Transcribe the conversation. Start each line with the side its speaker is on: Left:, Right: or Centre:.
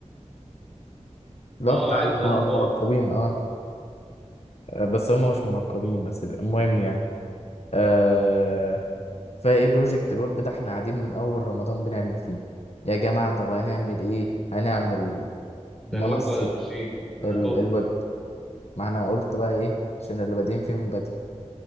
Left: لا
Centre: اه
Left: بتاع
Centre: عادي
Left: الم-
Centre: لو نقاب
Left: المنقبين اه آه، بس هم مش منقبين بس بيبقى- المهم يعني آه فايه بروجكت الويب ده احنا قاعدين من اول رمضان بنعمل فيه يا جماعه طب هنعمل ايه هنعمل
Centre: ده
Left: منصه
Centre: الويب ولا ماشين انا
Left: ال
Centre: تهت
Left: الويب ما انا قلت بقى ايه عشان اللي بادئين فيه من بدري